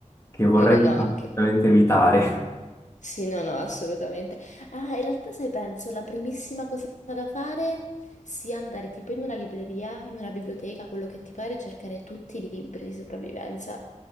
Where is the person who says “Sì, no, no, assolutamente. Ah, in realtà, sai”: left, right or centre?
Left